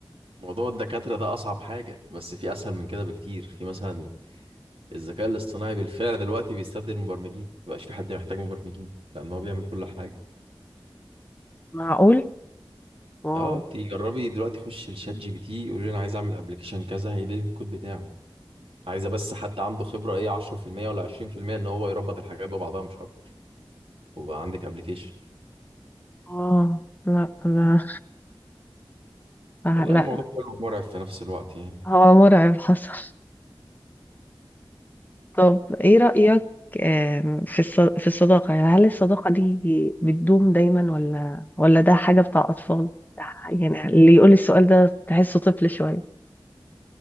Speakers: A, on the right; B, on the left.
A: موضوع الدكاتره ده اصعب حاجه بس في اسهل من كده بكتير في مثلا الذكاء الاصطناعي بالفعل دلوقتي بيستبدل المبرمجين مبقاش في حد محتاج مبرمجين لان هو بيعمل كل حاجه
B: معقول واو
A: اه تجربي دلوقتي خش لشات جي بي تي قولي له انا عايز اعمل ابلكيشن كذا هيديلك الكود بتاعه عايزه بس حد عنده خبره ايه 10% ولا 20% ان هو يربط الحاجات ببعضها مش اكتر وبقى عندك ابلكيشن
B: اه لا لا آه،
A: والله
B: لا
A: الموضوع حلو ومرعب في نفس الوقت يعني
B: هو مرعب حصل طب ايه رأيك آم، في الص- في الصداقه يعني هل الصداقه دي بتدوم دايما ولا ولا ده حاجه بتاع اطفال يعني اللي يقول السؤال ده تحسه طفل شويه